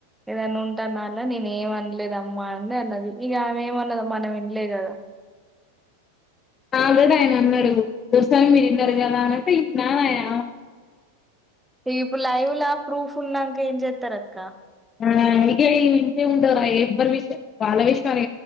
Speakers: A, in the centre; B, on the left (about 25°).
A: ఏదన్న ఉంటాన్నా అలా నేను ఏమనలేదమ్మా అండి అన్నది ఇక ఆమె ఏమన్నద మనం వినలేదు కదా
B: ఆల్రెడీ ఆయన అన్నాడు దోసా మీరుం జరగల అంటే ఇం నా ఆయన
A: మీ ఇప్పుడు లైవ్ లా ప్రూఫ్ ఉన్నాక ఏం చేస్తారు అక్క
B: ఆ ఇగ ఈవ ఇంటిే ఉంటవరా ఎవ్వరి విషయం వాళ్ళ విషయం